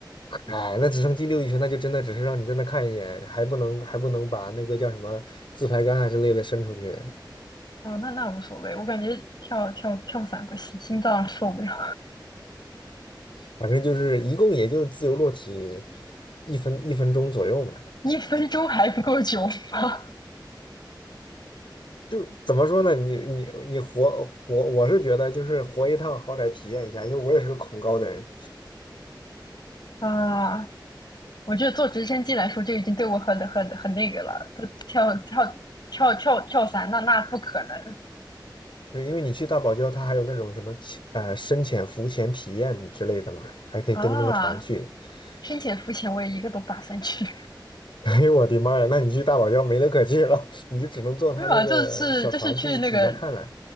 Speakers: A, on the left; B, on the left.
A: 哎，那直升机溜一圈，那就真的只是让你在那看一眼，还不能还不能把那个叫什么自拍杆啊之类的伸出去。
B: 哦，那那无所谓，我感觉跳跳跳伞不行，心脏受不了。
A: 反正就是一共也就自由落体一分一分钟左右嘛。
B: <laughs> 一分钟还不够久吗？
A: 就怎么说呢？你你你活活，我是觉得就是活一趟，好歹体验一下，因为我也是个恐高的人。
B: 啊，我觉得坐直升机来说，就已经对我很很很那个了。都跳跳跳跳跳伞，那那不可能
A: 就是因为你去大堡礁，它还有那种什么潜呃深潜、浮潜体验之类的嘛，还可以跟着那个船去。
B: 啊！
A: <laughs>
B: 深潜、浮潜，我也一个都不打算去。
A: 哎呦我的妈呀！那你去大堡礁没得可去了，<laughs> 你就只能坐他那个小船去底下看了
B: <laughs> 没有啊，就是就是去那个，